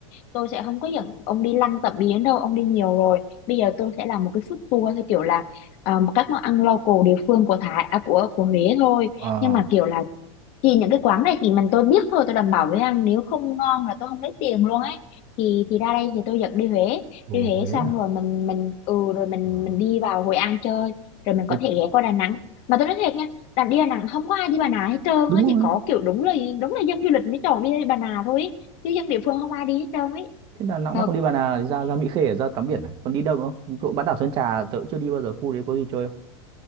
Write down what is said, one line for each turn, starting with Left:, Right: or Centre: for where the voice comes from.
Left: tôi sẽ không có dẫn ông đi lăng tẩm biến đâu ông đi nhiều rồi bây giờ tôi sẽ làm một cái food tour theo kiểu là ờm, các món ăn local địa phương của Thái à, của của Huế thôi
Right: ờ
Left: nhưng mà kiểu là chỉ những cái quán này chỉ mình tôi biết thôi tôi đảm bảo với ăn nếu không ngon là tôi không lấy tiền luôn ấy thì thì ra đây thì tôi dẫn đi Huế
Right: Đồ
Left: đi Huế
Right: Huế
Left: xong
Right: à?
Left: rồi mình mình ừ rồi mình
Right: Ờ.
Left: mình đi vào Hội An chơi rồi mình có
Right: Đấy,
Left: thể ghé qua Đà Nẵng mà tôi nói thiệt nha Đà, đi Đà Nẵng không có ai đi Bà Nà hết trơn
Right: đúng
Left: á chỉ
Right: rồi
Left: có kiểu đúng là đúng là dân du lịch mới chọn đi Bà Nà thôi ý. chứ dân địa phương không ai đi hết trơn ấy
Right: thế Đà Nẵng
Left: Ờ,
Right: mà không đi Bà Nà thì ra ra Mỹ Khê để ra tắm biển à? còn đi đâu nữa không chỗ bán đảo Sơn Trà tớ chưa đi bao giờ khu đấy có gì chơi không